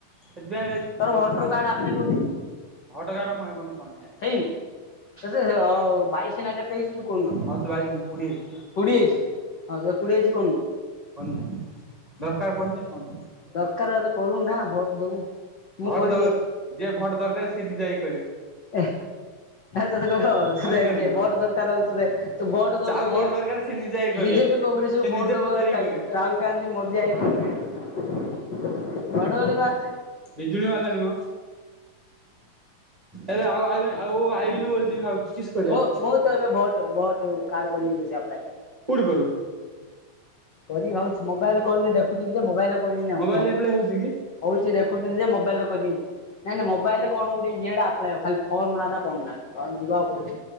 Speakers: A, on the right; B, on the left.
A: ସେଥିପାଇଁ
B: ତୋର ଭୋଟର କାର୍ଡ ଆପ୍ଲାଏ କରି ଦେଇଚୁ।
A: ଭୋଟ କାର୍ଡ ମୁ ଏପନ୍ତ କରିନି ହା।
B: <unintelligible> ବାଇଶ ନା କେ ତେଇସି ତୁ କରୁନୁ ଆବେ
A: ହଁ ତୁ ଭାଇ କୋଡିଏ ହେଇଛି।
B: କୋଡିଏ ହେଇଚି ହଁ କୋଡିଏ ହେଇଚି କରିନୁ।
A: କରିନେଇ ଦରକାର ପଡ଼ନି କରିନେଇ।
B: ଦରକାର କରୁନା ଭୋଟ ଦବୁ ମୁଁ
A: ଭୋଟ
B: କରି
A: ଦଉ ଯିଏ ଭୋଟ ଦରକାର ସେ ନିଜେ ହେଇ କରିବ।
B: ଏ ଆ ତେତେ କହିବ ତତେ
A: ଆମେ କାଣ
B: କିଏ
A: କରୁ
B: ବଟ ଦରକାର ହେଲେ ତତେ ତୁ ବଟ ଦେବୁ
A: ଯାହାକୁ ଭୋଟ
B: ଇଏ
A: ଦରକାର ସେ ନିଜେ ହେଇ କରିବ
B: ବିଜେପି କଂଗ୍ରେସ
A: ସେ
B: କୁ ଭୋଟ
A: ନିଜେ
B: ଦବା
A: ପଚାରିକି
B: <unintelligible>
A: କରିବ।
B: ରାହୁଲ ଗାନ୍ଧୀ ମୋଦି ଆଇ ଘଡ଼ଘଡ଼ି ମାର
A: ବିଜୁଳି ମାରିଲାଣି ମ। ଏରେ ଆଉ ଆ ଆଉ ଆଇବିନି ବୋଲିଛି ଭାବୁଛି କିସ୍ କରିବା।
B: ମୁଁ ମୁଁ ତ ଏବେ ଭ ଭୋଟ କାର୍ଡ଼ କରିବି <unintelligible> ଆପ୍ଲାଏ।
A: କୋଉଠି କରିବୁ।
B: କରି ହଉଛି ମୋବାଇଲରେ କରିଲେ ଦେଖ ଦେଖୁଥିଲୁ ଯେ ମୋବାଇଲରେ କରିବିନି ଆଉ
A: ମୋବାଇଲରେ ଆପ୍ଲାଏ ହଉଛି କି?
B: ହଉଛି ଦେଖୁଥିଲି ଯେ ମୋବାଇଲରେ କରିବିନି। ନାଇ ନାଇ ମୋବାଇଲରେ କଣ ଗୋଟେ ଇଏଟା ଆପ୍ଲାଏ ହବ ଖାଲି ଫର୍ମ ଟାନା କଣ ଟା ଯିବାକୁ ପଡିବ।